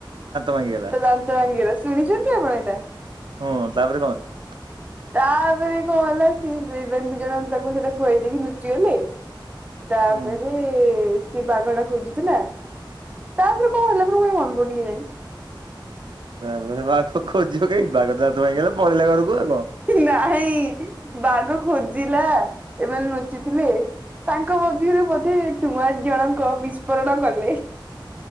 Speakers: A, on the right (about 65°); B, on the right (about 20°).
A: ଭାଙ୍ଗିଗଲା
B: ତା ଦାନ୍ତ ଭାଙ୍ଗିଗଲା ଶୁଣିଚନ୍ତି ଆପଣ ଏଇଟା?
A: ହଁ ତାପରେ କଣ ହେଲା?
B: ତାପରେ କଣ ହେଲା ସିଏ ଦି ଜଣ ଦି ଜଣଆଙ୍କ ତାକୁ ସେଇଟା ଖୁଆଇ ଦେଇକି ଲୁଚିଗଲେ। ତାପରେ
A: ହୁଁ
B: ସେ ବାଘଟା ଖୋଜିଥିଲା ତାପରେ କଣ ହେଲା ପରେ ମୋର ମନେ ପଡୁନି କାଇଁ କେଜାଣି।
A: ତା ପରେ ବାଘ ଖୋଜିବ କାଇଁ ବାଘ ତା ଦାନ୍ତ ଭାଙ୍ଗିଗଲା ପଳେଇଲା ଘରକୁ ଆଉ କଣ।
B: ନାହିଁ ବାଘ ଖୋଜିଲା ଏମାନେ ଲୁଚିଥିଲେ। ତାଙ୍କ ମଧ୍ୟରୁ ବୋଧେ ଟୁଆଁ ଜଣଙ୍କ ବିସ୍ଫୋରଣ କଲେ।